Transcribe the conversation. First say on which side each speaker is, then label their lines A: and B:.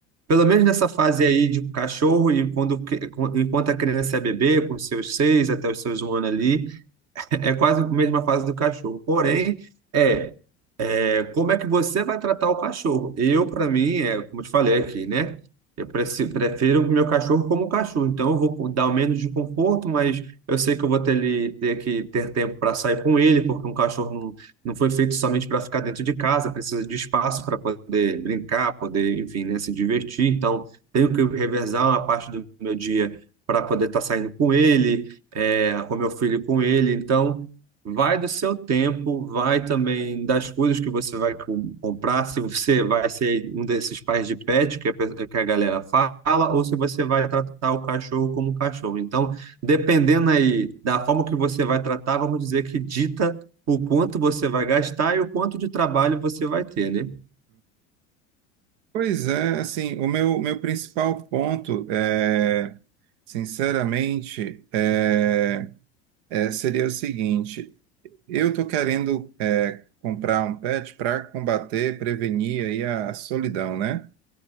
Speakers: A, on the right; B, on the right.
A: Pelo menos nessa fase aí de cachorro, e quando, enquanto a criança é bebê, com seus seis até os seus um ano ali, <laughs> é quase a mesma fase do cachorro. Porém, é, é, como é que você vai tratar o cachorro? Eu, para mim, é, como eu te falei aqui, né? Eu preci- prefiro o meu cachorro como um cachorro. Então, eu vou dar o menos de conforto, mas eu sei que eu vou ter, ele- ter que ter tempo para sair com ele, porque um cachorro não, não foi feito somente para ficar dentro de casa, precisa de espaço para poder brincar, poder, enfim, né, se divertir. Então, tenho que revezar uma parte do meu dia para poder estar saindo com ele, é, com meu filho e com ele. Então. Vai do seu tempo, vai também das coisas que você vai com- comprar, se você vai ser um desses pais de pet que a, pe- que a galera fala, ou se você vai tratar o cachorro como um cachorro. Então, dependendo aí da forma que você vai tratar, vamos dizer que dita o quanto você vai gastar e o quanto de trabalho você vai ter, né?
B: Pois é, assim, o meu, meu principal ponto é, sinceramente, é, é, seria o seguinte, Eu tô querendo é, comprar um pet para combater, prevenir aí a, a solidão, né?